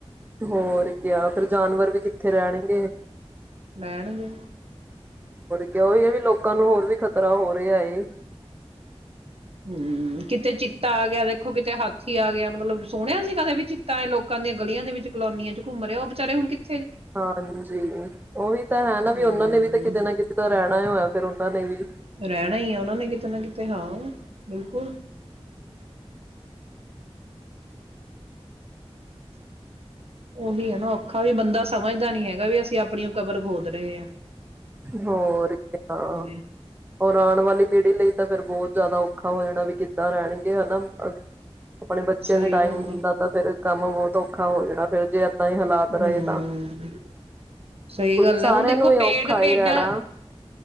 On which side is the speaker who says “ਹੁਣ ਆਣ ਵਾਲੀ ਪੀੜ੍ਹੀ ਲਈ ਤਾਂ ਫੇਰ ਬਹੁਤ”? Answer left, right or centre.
Right